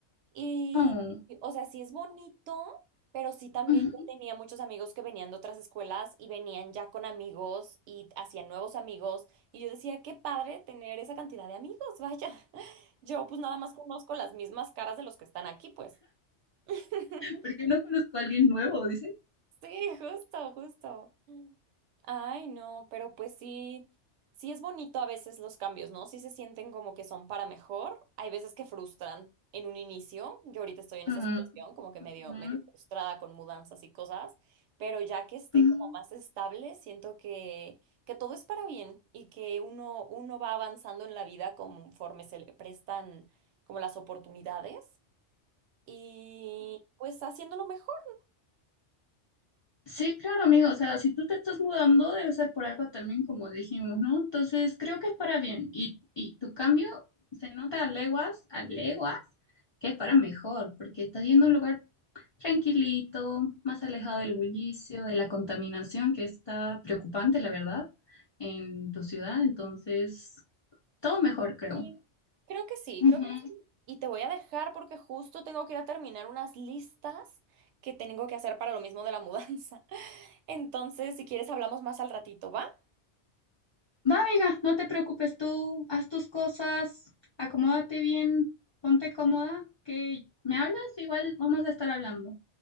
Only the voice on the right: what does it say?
Y,
y, o sea, sí es bonito, pero sí también
yo tenía muchos amigos que venían de otras escuelas y venían ya con amigos y hacían nuevos amigos. Y yo decía, qué padre tener esa cantidad de amigos, vaya. <laughs> Yo pues nada más conozco las mismas caras de los que están aquí, pues. <laughs>
Sí, justo, justo. Ay, no, pero pues sí, sí es bonito a veces los cambios, ¿no? Sí se sienten como que son para mejor. Hay veces que frustran en un inicio. Yo ahorita estoy en
esa situación, como que medio,
medio frustrada con mudanzas y cosas, pero ya que esté
como más estable, siento que, que todo es para bien y que uno, uno va avanzando en la vida conforme se le prestan como las oportunidades y pues haciéndolo mejor.
Sí, creo que sí,
creo que sí. Y te voy a dejar porque justo tengo que ir a terminar unas listas que tengo que hacer para lo mismo de la mudanza. <laughs> Entonces, si quieres, hablamos más al ratito, ¿va?